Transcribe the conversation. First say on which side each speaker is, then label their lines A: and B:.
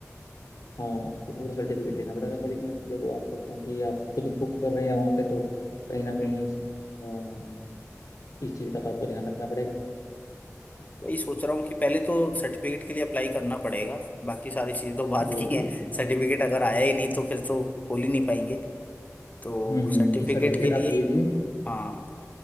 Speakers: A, on the left; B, on the left.
A: हाँ फूड सर्टिफिकेट लेना पड़ेगा सर इसमें देखो आपको क्योंकि आप खुद कुक कर रहे हैं वहाँ पे तो कहीं ना कहीं
B: हम्म
A: अ, इस चीज का तो आपको ध्यान रखना पड़ेगा
B: वही सोच रहा हूँ कि पहले तो सर्टिफिकेट के लिए अप्लाई करना पड़ेगा बाकी सारी चीज़ें तो बात
A: जी
B: की
A: जी
B: हैं सर्टिफिकेट अगर आया ही नहीं तो फिर तो खोल ही नहीं पाएंगे तो
A: हम्म हम्म
B: सर्टिफिकेट
A: नहीं सर्टिफिकेट
B: के लिए
A: आप ले लीजिए
B: हाँ